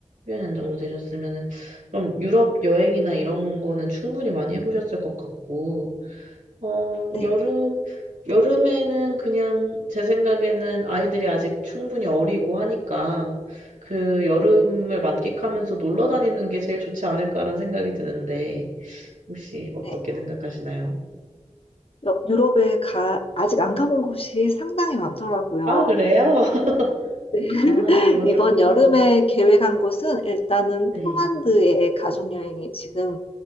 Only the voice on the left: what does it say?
네.
네.
여- 유럽에 가, 아직 안 가본 곳이 상당히 많더라고요.
네. <laughs>
이번 여름에 계획한 곳은 일단은
폴란드의 가족여행이 지금,